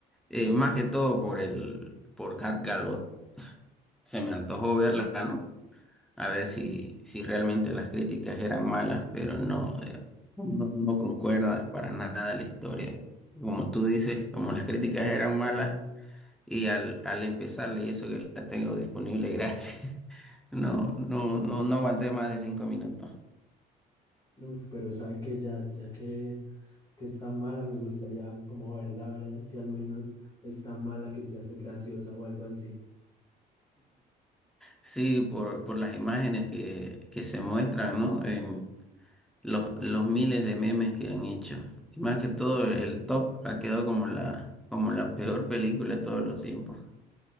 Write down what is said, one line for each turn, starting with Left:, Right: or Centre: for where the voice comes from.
Centre: Eh, más que todo por el, por Gat Gadot. Se me antojó verla, ¿no? a ver si, si realmente las críticas eran malas, pero no, eh, no, no concuerda para nada la historia. Como tú dices, como las críticas eran malas y al, al empezar y eso que la tengo disponible gratis, <laughs> no, no, no, no aguanté más de cinco minutos.
Left: Uf, pero sabe que ya, ya que, que está mala, me gustaría como verla, a ver si al menos está mala que se hace graciosa o algo así.
Centre: Sí, por, por las imágenes que, que se muestran, ¿no? En los, los miles de memes que han hecho. Y más que todo, el top ha quedado como la, como la peor película de todos los tiempos.